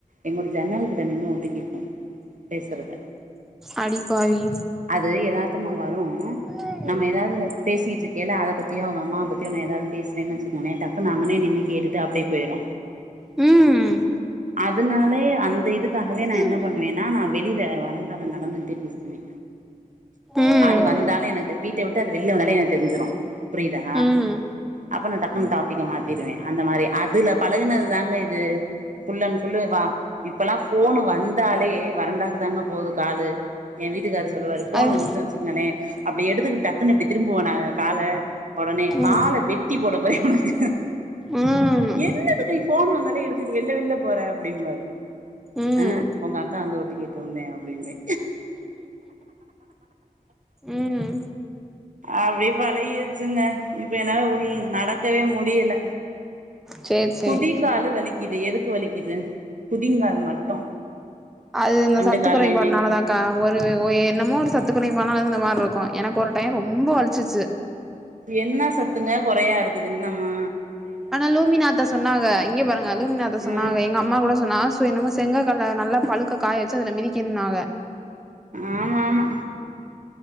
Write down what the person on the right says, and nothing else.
என்னோட ஜன்னல்கிட்ட நின்னு ஒட்டு கேக்கு பேசறத
அது யதார்த்தமா வரு
நம்ம எதாவது பேசிட்ருக்கைல அத பத்தியோ அவங்கம்மா பத்தியோ நா எதாவது பேசுனேன் வச்சுக்கோமே டக்குனு அங்குனயே நின்னு கேட்டு ட்டு அப்டியே போய்ரு
அதுனாலயே அந்த இதுக் அதுக்காகவே
நா என்ன பண்ணுவேன்னா நா வெளில வரண்டால நடந்துகிட்டே பேசுவே
அது வந்தாலு எனக்கு வீட்ட விட்டு அது வெளிய வந்தாலே எனக்கு தெரிஞ்சிரு புரியுதா
அப்ப நா டக்குன்னு டாப்பிக்க மாத்திடுவே அந்த மாரி அதுல பழகுனது தா மை து ஃபுல் அண்ட் ஃபுல்லு வா இப்பல்லா ஃபோனு வந்தாலே வரண்டாக்கு தாங்க போகுது காலு என் வீட்டுக்காரு சொல்லுவாரு ஃபோன்
வந்து வச்சுக்கங்களே அப்டி எடுத்துக்கிட்டு டக்குன்னு இப்டி திரும்புவோ நாங்க கால உடனே
கால வெட்டி போட போறே உனக்கு
என்னத்துக்கு போன் வந்தாலே எடுத்துக்கிட்டு வெள்ல வெள்ல போற அப்படிம்பாரு
ஆ உங்க அக்கா வந்து ஒட்டு கேட் சொன்னே அப்டிம்பே
அப்டி பழகிருச்சுங்க இப்ப என்னால உள் நடக்கவே முடியல
குதிகாலு வலிக்குது எதுக்கு வலிக்குது குதிங்கால் மட்டு
ரெண்டு
கால்லயுமே
என்ன சத்துங்க கொறையா இருக்குது இன்னமு
ம்
ஆமா ஆமா